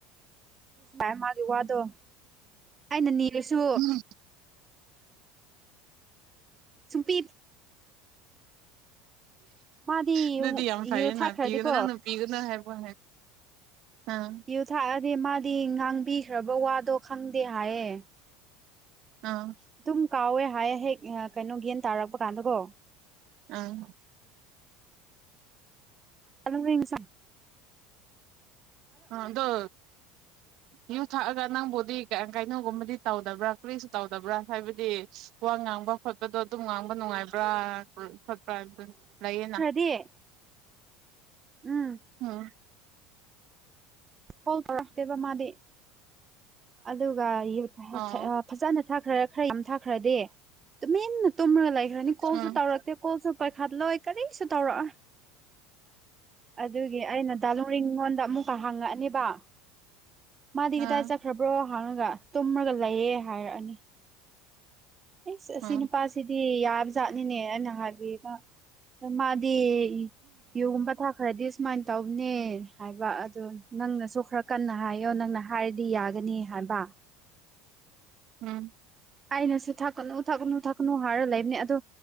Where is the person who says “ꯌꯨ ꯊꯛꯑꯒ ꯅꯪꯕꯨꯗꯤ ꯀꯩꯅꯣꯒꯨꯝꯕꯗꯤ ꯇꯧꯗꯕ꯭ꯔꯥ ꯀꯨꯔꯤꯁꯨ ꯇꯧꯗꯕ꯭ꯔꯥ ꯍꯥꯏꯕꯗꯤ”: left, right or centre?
Right